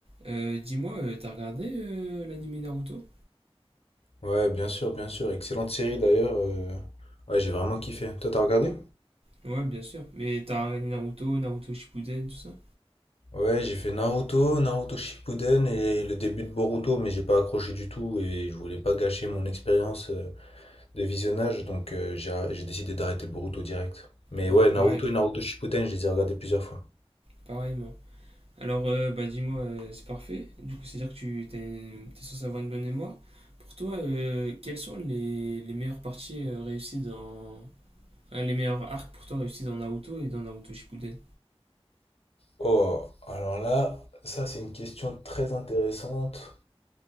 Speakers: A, on the right; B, on the left.
A: Euh, dis-moi, euh, t'as regardé euh, l'animé Naruto?
B: Ouais, bien sûr, bien sûr. Excellente série d'ailleurs. euh. Ouais, j'ai vraiment kiffé. Toi, t'as regardé?
A: Ouais, bien sûr. Mais t'as regardé Naruto, Naruto Shippuden, tout ça?
B: Ouais, j'ai fait Naruto, Naruto Shippuden et le début de Boruto, mais j'ai pas accroché du tout et je voulais pas gâcher mon expérience euh, de visionnage, donc euh, j'ai j'ai décidé d'arrêter Boruto direct. Mais
A: Ah,
B: ouais,
A: pareil,
B: Naruto et Naruto Shippuden, je les ai regardés plusieurs fois.
A: pareillement. Alors, euh, bah dis-moi, euh, c'est parfait. Du coup, c'est-à-dire que tu t'as une- t'es censé avoir une bonne mémoire. Pour toi, euh, quelles sont les, les meilleures parties euh, réussies dans... enfin, les meilleurs arcs pour toi réussis dans Naruto et dans Naruto Shippuden?
B: Oh, alors là, ça c'est une question très intéressante.